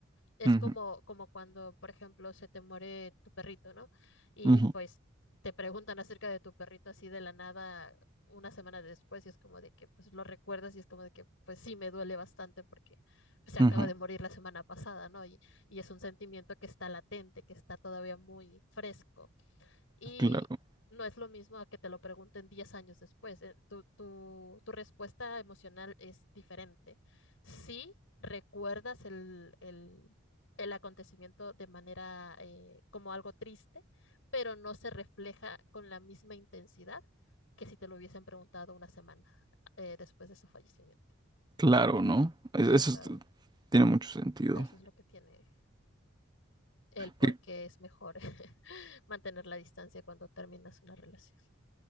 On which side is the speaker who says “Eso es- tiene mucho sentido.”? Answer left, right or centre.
Right